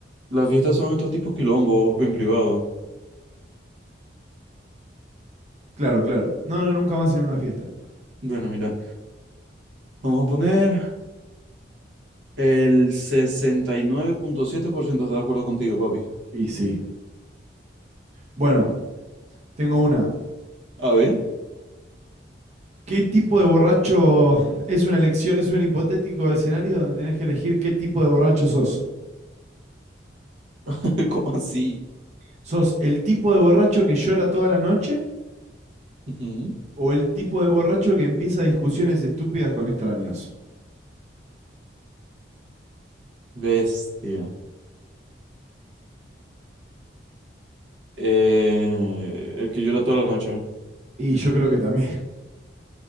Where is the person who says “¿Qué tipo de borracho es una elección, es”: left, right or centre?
Right